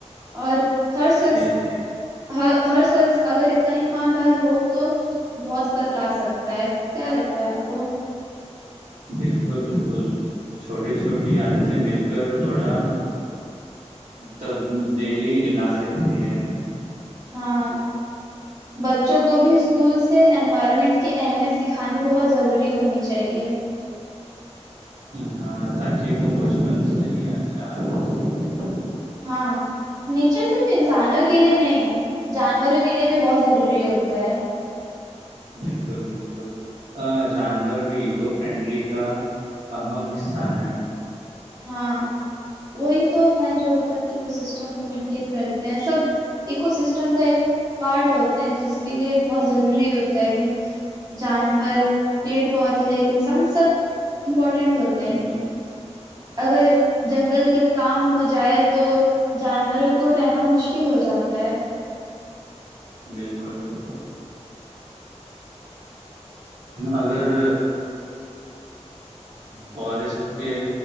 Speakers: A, on the right; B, on the right.
A: اور ہر شخص
B: جی جی
A: ہ ہر شخص اگر اتنا ایماندار ہو تو بہت فرق لا سکتا ہے کیا لگتا ہے آپ کو
B: بالکل بالکل چھوٹی چھوٹی عادتیں مل کر بڑا تب ڈیلی لا سکتی ہے
A: ہاں بچوں کو بھی اسکول سے انوائرمنٹ کی اہمیت سکھانی بہت ضروری ہونیی چاہیے
B: ہاں تاکہ وہ بچپن سے ہی اچھا آدر سیں
A: ہاں نیچر صرف انسانوں کے لیے نہیں جانوروں کے لیے بھی بہت ضروری ہوتا ہے
B: بالکل بالکل جانور بھی او فرینڈلی کا اہم حصہ ہیں
A: ہاں وہی تو ہے جو مطلب اکو سسٹم کو مینٹین کرتے ہیں سب اکو سسٹم کا ایک پارٹ ہوتے ہیں جس کے لیے بہت ضروری ہوتا ہے جانور پیڑ پودے انسان سب امپورٹ ٹنڈ ہوتے
B: ہوں،
A: اگر جنگل کا کام ہو جائے تو جانوروں کو رہنا مشکل ہو جاتا ہے
B: بالکل بالکل اگر فارسٹ کے